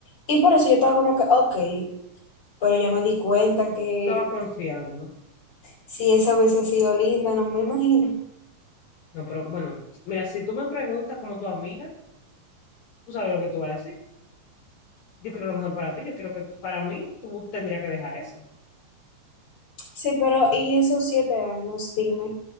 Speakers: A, on the left (about 35°); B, on the left (about 65°).
A: Y por eso yo estaba como que, ok, pero ya me di cuenta que
B: Tú estabas confiando.
A: si esa hubiese sido linda, no me imagino.
B: No, pero bueno, mira, si tú me preguntas como tu amiga, tú sabes lo que tú vas a decir. Yo creo lo mejor para ti, yo creo que para mí tú tendrías que dejar eso.
A: Sí, pero ¿y esos siete años? Dime,